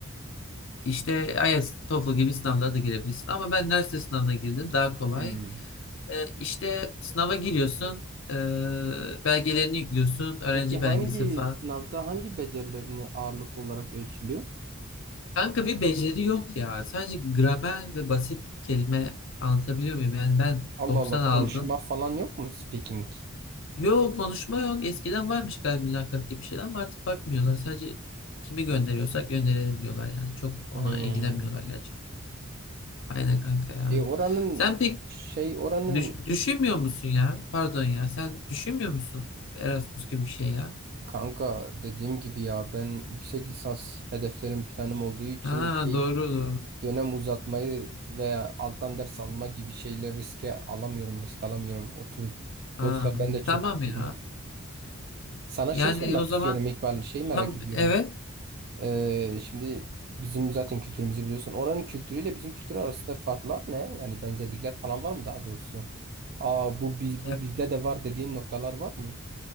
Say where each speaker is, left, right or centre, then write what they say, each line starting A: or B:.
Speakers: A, on the left; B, on the right.
A: işte IELTS, TOEFL gibi sınavlara da girebilirsin. Ama ben üniversite sınavına girdim daha kolay.
B: hı.
A: Ee, işte sınava giriyorsun, ee, belgelerini yüklüyorsun, öğrenci
B: Peki hangi
A: belgesi falan.
B: sınavda hangi becerilerini ağırlık olarak ölçülüyor?
A: Kanka bir beceri yok ya. Sadece gramer ve basit kelime anlatabiliyor muyum? Yani ben
B: Allah
A: 90
B: Allah konuşma
A: aldım.
B: falan yok mu? Speaking.
A: Yok konuşma yok. Eskiden varmış galiba mülakat gibi şeyler ama artık bakmıyorlar. Sadece kimi gönderiyorsak gönderelim diyorlar yani. Çok ona
B: Hmm.
A: ilgilenmiyorlar gerçekten. Aynen kanka ya.
B: E oranın
A: Sen pek
B: şey oranın
A: düş- düşünmüyor musun ya? Pardon ya. Sen düşünmüyor musun Erasmus gibi bir şey ya?
B: kanka dediğim gibi ya ben yüksek lisans hedeflerim planım olduğu için
A: Ha
B: şey
A: doğru doğru.
B: dönem uzatmayı veya alttan ders alma gibi şeyleri riske alamıyorum risk alamıyorum o tür
A: Ha
B: yoksa ben de çok
A: tamam
B: istiyordum.
A: ya.
B: Sana
A: Yani
B: şey sormak
A: o zaman
B: istiyorum İkbal. Şeyi merak
A: tam
B: ediyorum.
A: evet.
B: Ee, şimdi bizim zaten kültürümüzü biliyorsun. Oranın kültürüyle bizim kültür arasında farklar ne? Yani benzerlikler falan var mı daha doğrusu? Aa bu biz
A: Ya,
B: bu bizde de var dediğin noktalar var mı?